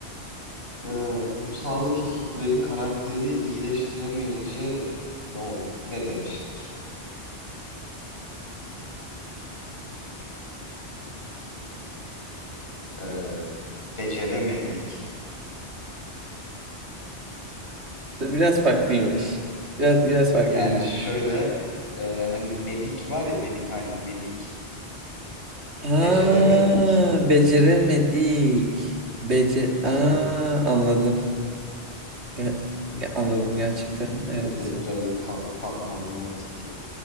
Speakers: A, on the left (about 60°); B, on the right (about 75°).
A: Ee, bu sağlık ekipleri karakteri iyileştiremeyince ne ol ne demişler? Ee, beceremedik.
B: Biraz farklıymış. Biraz biraz farklıymış.
A: Yani şöyle e, hani medik var ya medikal medik
B: Aa,
A: beceremedik.
B: beceremedik. Bece
A: Aynen.
B: Aa, anladım. Ge- ge- anladım
A: aynen.
B: gerçekten. Evet.
A: Bu, da, bu da biraz bir kat, katmanlı ne yazık ki.